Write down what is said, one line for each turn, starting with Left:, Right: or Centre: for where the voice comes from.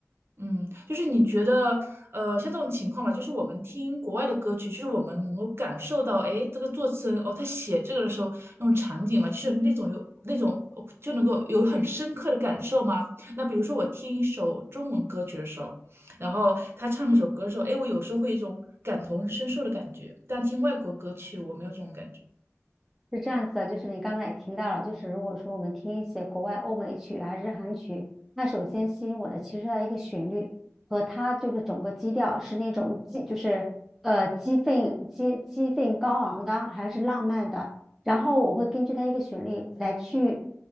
Right: 嗯，就是你觉得，呃，像这种情况吧，就是我们听国外的歌曲，就是我们能够感受到，哎，这个作词人哦，他写这个的时候那种场景嘛，就是那种有那种哦就能够有很深刻的感受吗？那比如说我听一首中文歌曲的时候，然后他唱那首歌的时候，哎，我有时候会有一种感同身受的感觉，但听外国歌曲我没有这种感觉。
Centre: 是这样子的，就是你刚刚也听到了，就是如果说我们听一些国外欧美曲啊、日韩曲，那首先吸引我的其实它的一个旋律和它就是整个基调是那种激，就是呃激愤、激激愤高昂的，还是浪漫的。然后我会根据它一个旋律来去